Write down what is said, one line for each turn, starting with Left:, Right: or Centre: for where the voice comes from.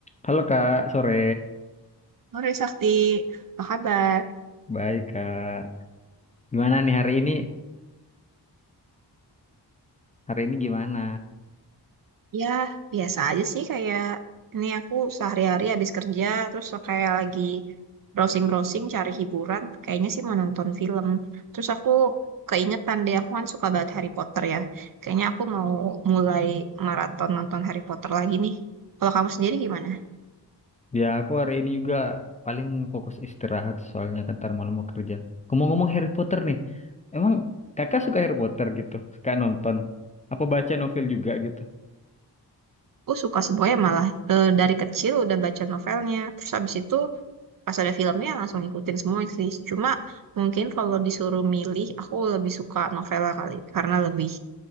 Left: Halo Kak, sore.
Right: Sore Sakti, apa kabar?
Left: Baik Kak. Gimana nih hari ini? Hari ini gimana?
Right: Ya, biasa aja sih kayak ini aku sehari-hari habis kerja terus kayak lagi browsing-browsing cari hiburan, kayaknya sih mau nonton film. Terus aku keingetan deh aku kan suka banget Harry Potter ya. Kayaknya aku mau mulai maraton nonton Harry Potter lagi nih. Kalau kamu sendiri gimana?
Left: Ya aku hari ini juga paling fokus istirahat soalnya kan ntar malam mau kerja. Ngomong-ngomong Harry Potter nih, emang kakak suka Harry Potter gitu? Suka nonton? Apa baca novel juga gitu?
Right: Aku suka semuanya malah Eh, dari kecil udah baca novelnya. Terus habis itu pas ada filmnya langsung ngikutin semua sih. Cuma mungkin kalau disuruh milih, aku lebih suka novela kali karena lebih